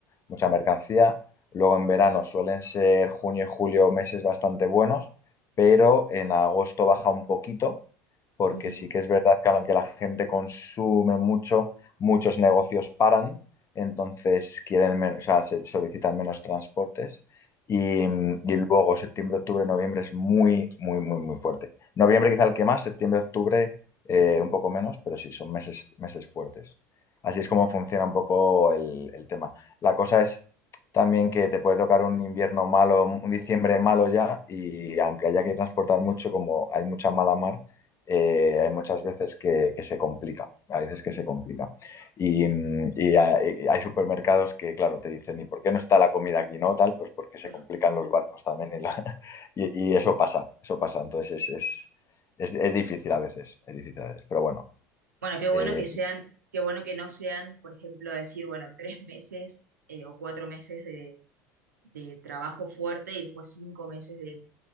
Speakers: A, on the left; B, on the right.
A: mucha mercancía. Luego en verano suelen ser junio y julio meses bastante buenos, pero en agosto baja un poquito, porque
B: ujú,
A: sí que es verdad que aunque la gente consume mucho, muchos negocios paran, entonces quieren men- o sea, se solicitan menos transportes. Y, y luego septiembre, octubre, noviembre es muy, muy, muy, muy fuerte. Noviembre quizá el que más, septiembre, octubre eh, un poco menos, pero sí, son meses, meses fuertes. Así es como funciona un poco el, el tema. La cosa es también que te puede tocar un invierno malo, un diciembre malo ya, y aunque haya que transportar mucho, como hay mucha mala mar, eh, hay muchas veces que, que, se complica, a veces que se complica. Y, mm, y hay, y hay supermercados que, claro, te dicen, ¿y por qué no está la comida aquí? No, tal, pues porque se
B: per-
A: complican los barcos también y, la, <laughs> y y eso pasa, eso pasa. Entonces es, es, es difícil a veces, es difícil a veces, pero bueno,
B: Bueno, qué bueno
A: eh,
B: que sean, qué bueno que no sean, por ejemplo, decir, bueno, tres meses eh, o cuatro meses de, de trabajo fuerte y después cinco meses de